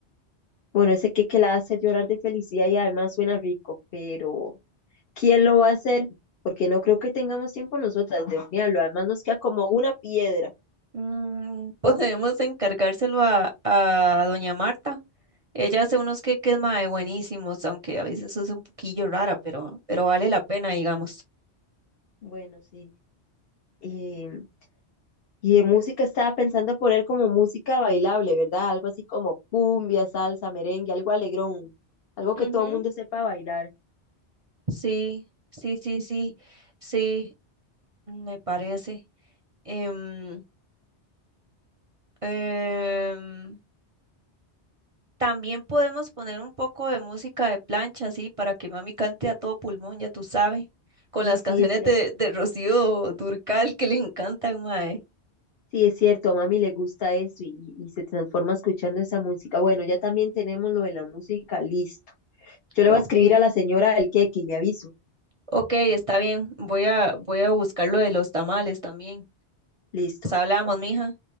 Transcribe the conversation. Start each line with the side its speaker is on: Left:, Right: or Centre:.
Left: Bueno, ese queque la hace llorar de felicidad y además suena rico, pero ¿quién lo va a hacer? Porque no creo que tengamos tiempo nosotras de hornearlo. Además nos queda como una piedra.
Right: Mm, <laughs> podemos encargárselo a, a doña Marta. Ella hace unos queques mae buenísimos, aunque a veces es un poquillo rara, pero, pero vale la pena, digamos.
Left: Bueno, sí. eh, Y de música estaba pensando poner como música bailable, ¿verdad? Algo así como cumbia, salsa, merengue, algo alegrón, algo que
Right: Ujú,
Left: todo el mundo sepa bailar.
Right: Sí, sí, sí, sí, sí, me parece. Em, em, También podemos poner un poco de música de plancha, así, para que mami cante a todo pulmón, ya tú sabes, con
Left: Sí,
Right: las
Left: sí,
Right: canciones
Left: es cierto.
Right: de, de Rocío Durcal que le encantan, mae.
Left: Sí, es cierto, a mami le gusta eso y, y se transforma escuchando esa música. Bueno, ya también tenemos lo de la música, listo. Yo le
Right: Ok,
Left: voy a escribir a la señora del queque y le aviso.
Right: ok, está bien. Voy a, voy a buscar lo de los tamales también.
Left: Listo.
Right: Pues hablamos, mija.